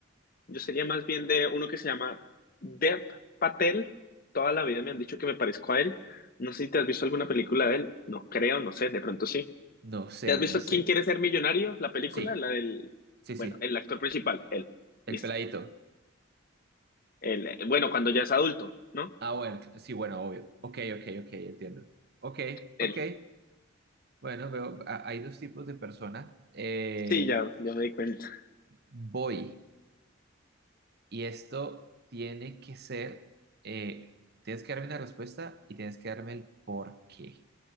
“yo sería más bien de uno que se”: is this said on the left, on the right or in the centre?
Left